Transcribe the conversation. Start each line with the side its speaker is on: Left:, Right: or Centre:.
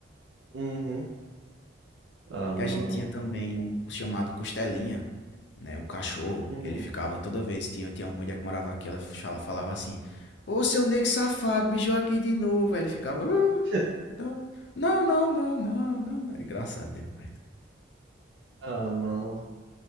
Right: Uhum. Ah,
Left: E
Right: mano.
Left: a gente tinha também um chamado Costelinha, né, um cachorro.
Right: Hum.
Left: Ele ficava toda vez, tinha, tinha uma mulher que morava aqui, ela fala- falava assim: Ô seu negro safado, mijou aqui de novo. Aí ele ficava: "Ah,
Right: <laughs>
Left: Não, não, não, não, não, não. Era engraçado demais.
Right: Ah, mano,